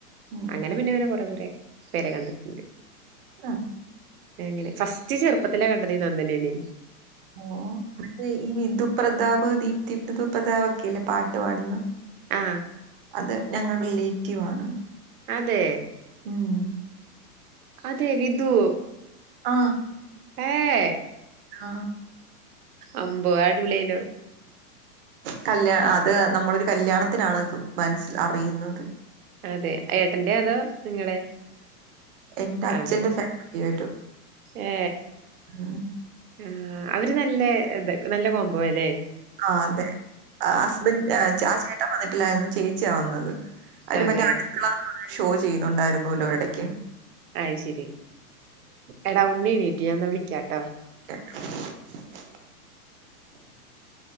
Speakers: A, on the right; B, on the right.
A: ഉം
B: അങ്ങനെ പിന്നെയൊരു കുറെ കുറെ പേരെ കണ്ടിട്ടുണ്ട്
A: ആ
B: എങ്ങനെ ഫസ്റ്റ് ചെറുപ്പത്തിലാ കണ്ടത് നന്ദനേനെ
A: ഓ അതെ ഈ വിധു പ്രതാപ് ഇപ്പൊ ദീപ്തിവിധു പ്രതാപ് ഒക്കെല്ലേ പാട്ട് പാടുന്ന
B: ആ
A: അത് ഞങ്ങളുടെ റിലേറ്റീവ് ആണ്.
B: അതെ
A: ഉം
B: അതെ വിധു
A: ആ
B: ഏ
A: ആ
B: അമ്പോ അടിപൊളിയായല്ലോ
A: കല്യാ അത് നമ്മളൊരു കല്യാണത്തിനാണ് മനസിൽ അറിയുന്നത്.
B: അതെ ഏട്ടന്റെ അതോ നിങ്ങളെ
A: എന്റെ അച്ഛന്റെ
B: അതെ
A: ഫാമിലി ആയിട്ട്
B: ഏ
A: ഉം
B: ആ അവര് നല്ല നല്ല കോമ്പോ അല്ലേ
A: ആ അതെ ഹസ്ബൻഡ് ആ ചേട്ടൻ വന്നിട്ടി ല്ലായിരുന്നു ചേച്ചിയാ വന്നത് അവര്
B: അതെ
A: മറ്റേ അടുക്കളാന്നു പറ ഷോ ചെയ്യുന്നുണ്ടായിരുന്നുല്ലോ ഒരിടയ്ക്ക്
B: അതു ശരി എടാ ഉണ്ണി എണീട്ട് ഞാൻ എന്നാ വിളി ക്കാട്ടോ
A: <unintelligible>